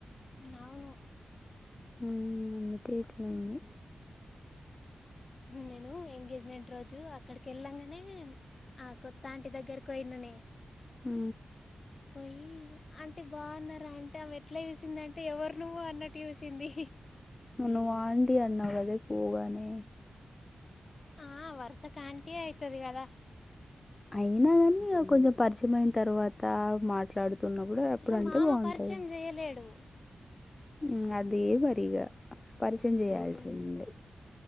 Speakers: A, on the left; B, on the left.
A: నవును
B: ఉ అందుకే ఇట్ల అయ్యింది
A: నేను ఎంగేజ్ మెంట్ రోజు అక్కడికి వెళ్ళంగానే ఆ కొత్త ఆంటీ దగ్గరకు వోయిననే
B: ఉ
A: పోయి అంటే బాగున్నార అంటే ఆమె ఎట్లా చూసింది అంటే ఎవరు నువ్వు అన్నట్టు చూసింది
B: నువ్వు అంటీ అన్నవు కదే పోగానే
A: ఆ వరుసకు అంటీ ఏ ఐతది కదా
B: అయినా గని కొంచెం పరిచయం అయిన తర్వాత మాట్లా తున్నప్పుడు ఎప్పుడంటే
A: ఇక మామ
B: బాగుంటది
A: పరిచయం చేయలేడు
B: ఉ అదే <unintelligible> పరిచయం చేయాల్సింది
A: ఉమ్,